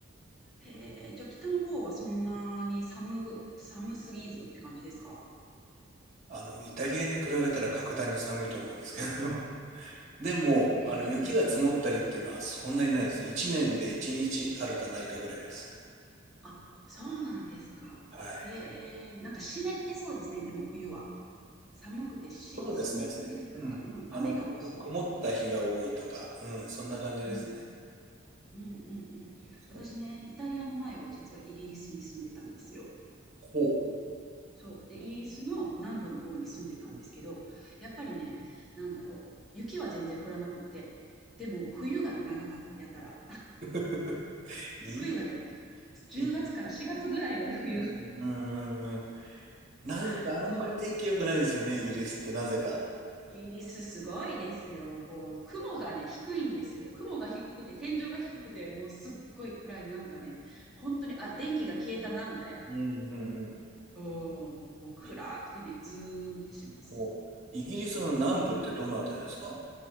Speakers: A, in the centre; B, on the right.
A: へえ、じゃあ北の方はそんなに寒ぐ、寒すぎずって感じですか
B: あの、イタリアに比べたら格段に寒いと思うんですけど。<laughs> でも、
A: ねえ。
B: あの、雪が積もったりっていうのはそんなにないです。1年で1日あるかないかぐらいです。
A: あ、そうなんですか。
B: はい。
A: へえ、なんか湿ってそうですね、でも冬は。寒くてし、
B: そうですね。
A: 湿ってるというか、
B: うん。
A: うん、
B: あの、
A: 雨が多そ
B: く曇った日が多いとか、うん、そんな感じですね。
A: う。うん、うん、うん、うん。
B: そう
A: 私ね、イタリアの前は実はイギリスに住んでたんですよ。
B: ほう。
A: そう。で、イギリスの南部の方に住んでたんですけど、やっぱりね、なんだろう。雪は全然降らなくって。でも、冬が長かった、やたら。
B: <laughs> いい、
A: 冬がね、10月から4月ぐらいまで冬。
B: いい。うんうんうん。なんかあんまり天気良くないですよね、
A: <laughs> そう。
B: イギリスってなぜか。
A: イギリスすごいですよ。もう雲がね、
B: <laughs>
A: 低いんですよ。雲が低くて、天井が低くて、もうすっごい暗い、なんかね、本当に、あ、電気が消えたな、みたいな。
B: うんうんうん。
A: そう、もう暗くてね、
B: い
A: ズーンってします。
B: ほう。イギリスの南部ってどのあたりですか